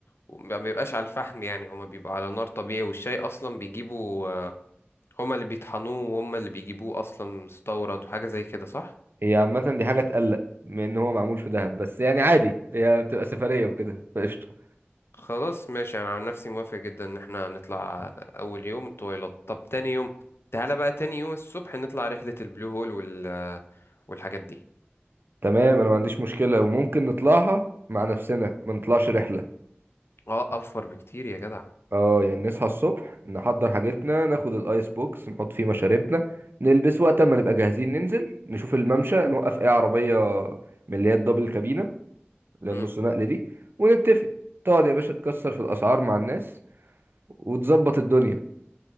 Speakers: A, on the left (about 65°); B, on the right (about 55°).
A: وما بيبقاش على الفحم يعني هما بيبقى على نار طبيعي والشاي اصلا بيجيبوا آه، هما اللي بيطحنوه وهما اللي بيجيبوه اصلا مستورد وحاجة زي كده صح
B: هي عامة دي حاجة تقلق من ان هو معمول في دهب بس يعني عادي هي بتبقى سفرية وكده فقشطة
A: خلاص ماشي انا عن نفسي موافق جدا ان احنا نطلع اول يوم الطويلات طب تاني يوم تعالى بقى تاني يوم الصبح نطلع رحلة البلو هول وال... والحاجات دي
B: تمام انا ما عنديش مشكلة وممكن نطلعها مع نفسنا ما نطلعش رحلة
A: اه اوفر بكتير يا جدع
B: اه يعني نصحى الصبح نحضر حاجتنا ناخد الايس بوكس نحط فيه مشاربنا نلبس وقت ما نبقى جاهزين ننزل نشوف الممشى نوقف اي عربية من اللي هي الدبل كابينة للنص
A: امم.
B: نقلة دي ونتفق تقعد يا باشا تكسر في الأسعار مع الناس وتظبط الدنيا